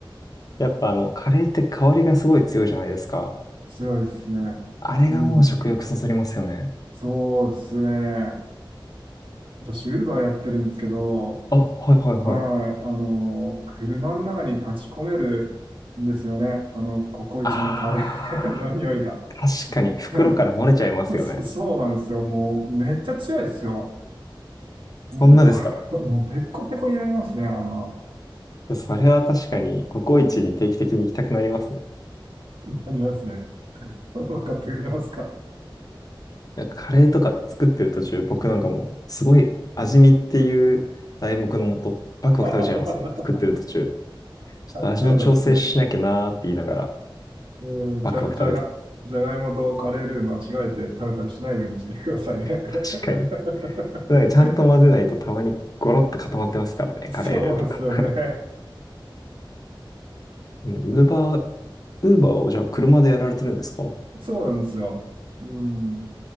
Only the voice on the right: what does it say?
強いですね。
うん。そうですね。私、ウーバーやってるんですけど、
はい。あの、車の中に立ち込めるんですよね。あの、ココイチのカレーの匂いが。
<laughs> <laughs> そ、そうなんですよ。もう、めっちゃ強いですよ。
ん <laughs> もう、ペッコペコになりますね、あの、
なりますね。<laughs> わかってくれますか
<laughs>
そうなんですね。えーじゃ、
じゃが、じゃがいもとカレールー間違えて食べたりしないようにしてくださいね。
<laughs>
そうですよね。
<laughs> そうなんですよ。うん。